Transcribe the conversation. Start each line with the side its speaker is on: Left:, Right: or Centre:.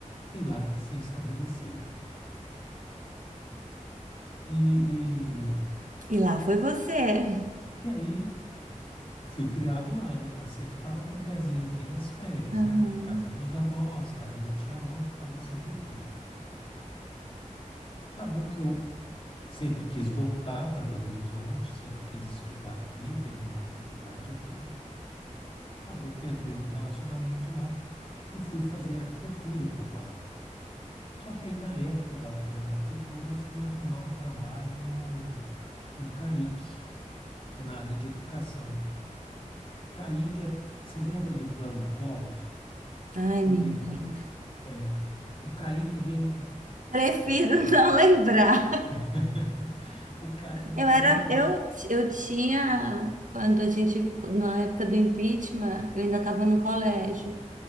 Left: E lá se estabeleceram. E, e,
Right: E lá foi você.
Left: e aí fui criado lá, né? Mas sempre estava com o pezinho aqui nas férias,
Right: Uhum.
Left: né? Casa dos avós, casa da tia-avó, estava sempre aqui. Acabou que eu Sempre quis voltar para Belo Horizonte, sempre quis estudar aqui, terminar a faculdade aqui. Acabou que eu entrei num relacionamento lá e fui fazer arquitetura por lá. Só que aí, na época, eu estava fazendo arquitetura, eu fui arrumar um trabalho no, no CAIC, que é na área de educação. CAIC é, você lembra do plano Collor?
Right: Ai,
Left: Quando
Right: menina.
Left: ele, com- é, o CAIC vem,
Right: Prefiro <laughs> não lembrar.
Left: <laughs> o, Ca, o
Right: Eu
Left: CAIC
Right: era, eu,
Left: vem,
Right: eu tinha, quando a gente, na época do impeachment, eu ainda estava no colégio.